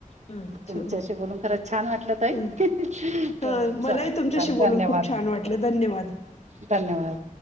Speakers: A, on the left; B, on the right.
A: हं.
B: तुमच्याशी
A: छान.
B: बोलून खरं छान वाटलं ताई.
A: हं.
B: अ
A: हं. मलाही
B: चाल
A: तुमच्याशी
B: चाल
A: बोलून
B: धन्यवाद
A: खूप छान वाटलं. धन्यवाद.
B: धन्यवाद!